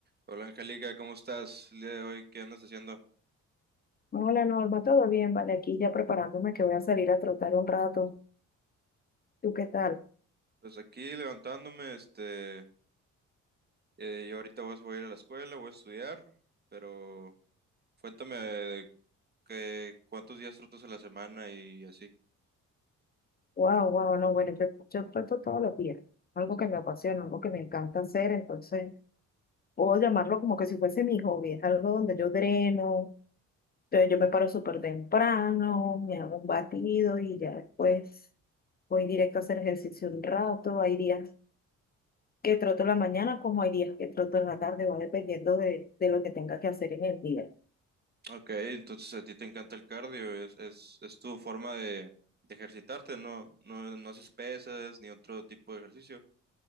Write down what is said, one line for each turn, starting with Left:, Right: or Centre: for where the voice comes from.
Right: Hola Angélica, ¿cómo estás el día de hoy? ¿Qué andas haciendo?
Left: Hola Norma, todo bien, vale, aquí ya preparándome que voy a salir a trotar un rato. ¿Tú qué tal?
Right: Pues aquí levantándome, este, eh, yo ahorita voy a, voy a ir a la escuela, voy a estudiar, pero cuéntame que, cuántos días trotas a la semana y así.
Left: Wow, wow, no, bueno, yo, yo troto todos los días, algo que me apasiona, algo que me encanta hacer, entonces puedo llamarlo como que si fuese mi hobby, es algo donde yo dreno, entonces yo me paro súper temprano, me hago un batido y ya después voy directo a hacer ejercicio un rato, hay días que troto en la mañana como hay días que troto en la tarde, va dependiendo de, de lo que tenga que hacer en el día.
Right: Ok, entonces a ti te encanta el cardio, es, es, es tu forma de, de ejercitarte, ¿no? No, no haces pesas ni otro tipo de ejercicio.